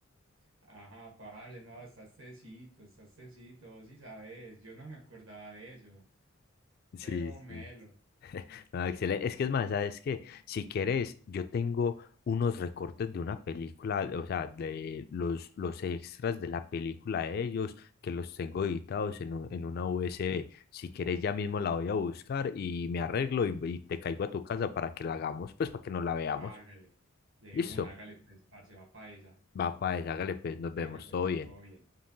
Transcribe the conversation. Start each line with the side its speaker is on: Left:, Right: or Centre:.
Right: Ajá, padre, no, estás tecito, estás tecito, vos sí sabes, yo no me acordaba de eso.
Left: Sí,
Right: Teo
Left: sí.
Right: Melo.
Left: Ah, excelente. Es que es más, ¿sabes qué? Si quieres, yo tengo unos recortes de una película, o sea, de los, los extras de la película de ellos, que los tengo editados en, un- en una USB. Si quieres, ya mismo la voy a buscar y me arreglo y, y te caigo a tu casa para que la hagamos, pues para que nos la veamos.
Right: Hágale, de
Left: Listo.
Right: una, hágale pues, parce, va pa' esa.
Left: Va, pues, hágale, pues, nos vemos,
Right: Hágale pues,
Left: todo bien.
Right: todo bien.